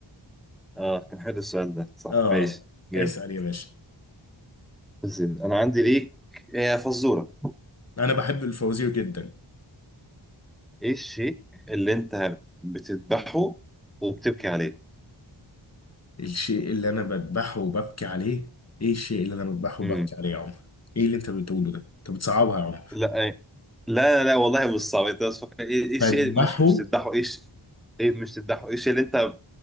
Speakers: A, in the centre; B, on the left.
A: آه كان حلو السؤال ده صح
B: اه
A: ماشي جامد
B: اسأل يا باشا
A: بس أنا عندي ليك هي فزورة
B: انا بحب الفوازير جدا
A: إيه الشيء اللي أنت بتذبحه وبتبكي عليه؟
B: الشيء اللي انا بذبحه وببكي عليه ايه الشيء اللي انا بذبحه
A: مم.
B: وببكي عليه يا عمر ايه اللي انت بتقوله ده انت بتصعبها يا عمر
A: لا لا لا لا والله مش صعب انت بس فكر ايه ايه الشيء
B: بذبحه
A: مش مش تذبحه ايه الش- ايه مش تذبحه ايه الشيء اللي انت